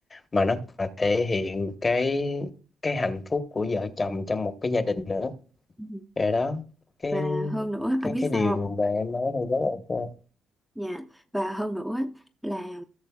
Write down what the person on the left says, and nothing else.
mà nó còn là thể hiện cái cái hạnh phúc của vợ chồng trong một cái gia đình nữa
rồi đó cái
cái
cái điều
mà em nói đây rất ok